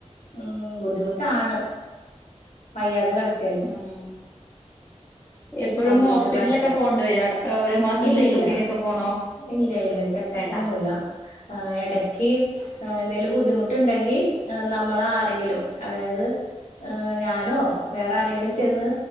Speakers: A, on the left (about 80°); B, on the left (about 20°).
A: ഉം ബുദ്ധിമുട്ടാണ് വയ്യാതെ കെട
B: ഉം എപ്പഴും
A: കംപ്ലീറ്റ്
B: ഹോസ്പിറ്റലൊക്കെ
A: റെസ്റ്റാ
B: പോണ്ട് വരോ അടെ ഓരോ മാസം
A: ഇല്ലില്ല
B: ചെക്കപ്പിനെക്കെ പോണോ
A: ഇല്ല ഇല്ല ചെക്കപ്പ്
B: വേണ്ട
A: ഒന്നുംല്ല ഏഹ് എടക്ക് ഏഹ് എന്തെലും ബുദ്ധിമുട്ട് ണ്ടെങ്കി നമ്മള് ആരെങ്കിലും അതായത് ഏഹ് ഞാനോ വേറെ ആരെലും ചെന്ന്